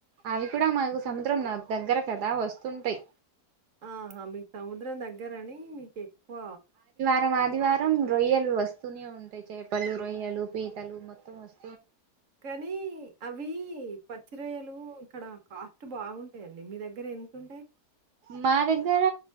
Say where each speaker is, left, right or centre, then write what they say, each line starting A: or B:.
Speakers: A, on the right; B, on the right.
A: అవి కూడా మనకు సముద్రం దగ్గర కదా వస్తుంటాయ్.
B: ఆహా మీకు సముద్రం దగ్గరని మీకు ఎక్కువ
A: మ ఆదివారం రొయ్యలు వస్తూనే ఉంటాయి. చేపలు, రొయ్యలు, పీతలు మొత్తం వస్
B: కానీ అవి పచ్చిరొయ్యలు అక్కడ కాస్ట్ బాగుంటాయండి మీ దగ్గర ఎంతుంటాయ్
A: మా దగ్గర